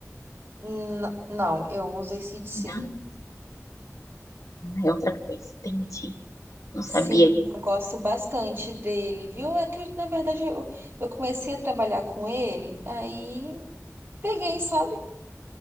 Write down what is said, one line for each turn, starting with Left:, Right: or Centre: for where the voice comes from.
Right: N- não, eu uso AC/DC.
Left: Não, é outra coisa. Entendi. Não
Right: Sim,
Left: sabia.
Right: eu gosto bastante dele, viu? É que, na verdade, eu, eu comecei a trabalhar com ele, aí peguei, sabe?